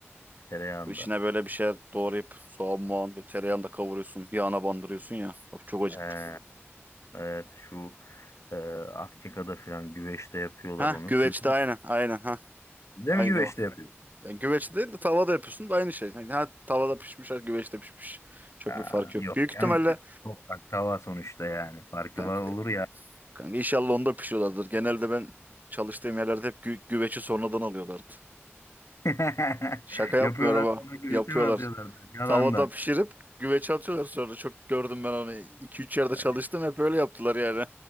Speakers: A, on the left (about 90°); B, on the right (about 40°).
A: Tereyağında.
B: Bu içine böyle bir şeyler doğrayıp soğan muğan ve tereyağını da kavuruyorsun. Yağına bandırıyorsun ya. Of, çok acıktım.
A: Ee, evet şu e, Afrika'da filan güveçte yapıyorlar
B: Ha
A: onu.
B: güveçte
A: Siz
B: aynen aynen ha.
A: Siz de
B: Aynı
A: mi güveçte
B: o.
A: yapıyorsunuz?
B: Yani güveçte değil de tavada yapıyorsun da aynı şey. Yani ha tavada pişmiş ha güveçte pişmiş. Çok
A: Aa,
B: bir fark yok.
A: yok
B: Büyük
A: canım.
B: ihtimalle
A: Toprak tava sonuçta yani. Farkı
B: kanka,
A: var olur ya.
B: kanka inşallah onda pişiyorlardır. Genelde ben çalıştığım yerlerde hep gü güveci sonradan alıyorlardı.
A: <laughs>
B: Şaka yapmıyorum
A: Yapıyorlar
B: ha.
A: sonra güveçe
B: Yapıyorlar.
A: mi atıyorlar? Yalandan.
B: Tavada pişirip güveçe atıyorlar sonra. Çok gördüm ben onu. iki üç yerde çalıştım
A: Evet.
B: hep öyle yaptılar yani.